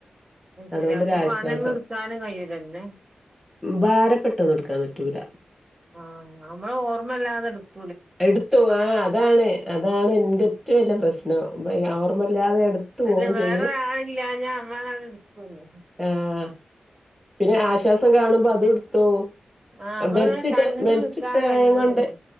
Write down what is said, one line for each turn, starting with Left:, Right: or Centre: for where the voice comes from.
Right: അത് ശരി
Centre: അതുകൊണ്ട്
Right: അപ്പൊ
Centre: ഒരാശ്വാസം
Right: പണിയൊന്നും എടുക്കാനും കഴിയൂലല്ലേ
Centre: ഭാര പെട്ടെതൊന്നുമെടുക്കാൻ പറ്റൂല
Right: ആ നമ്മള് ഓർമ്മയില്ലാതെ എടുക്കും
Centre: എടുത്തു ആ അതാണ് അതാണ് എന്റെ ഏറ്റവും വലിയ പ്രശ്നം ഓർമ്മല്ലാതെ എടുത്തു പോവേ
Right: അതില് വേറൊരാളില്ലാഞ്ഞാ
Centre: ചെയ്യും
Right: നമ്മളാണ്ട് എടുക്കുവല്ലോ
Centre: ആ പിന്നെ ആശ്വാസം <unintelligible> കാണുമ്പോ അതുയെടുത്തോ
Right: ആഹ് നമ്മളിങ്ങനെ
Centre: ബെൽറ്റിട്
Right: കണ്ട്
Centre: ബെൽറ്റിട്ട്
Right: നിക്കാൻ കഴിയൂലല്ലോ
Centre: കൈകൊണ്ട്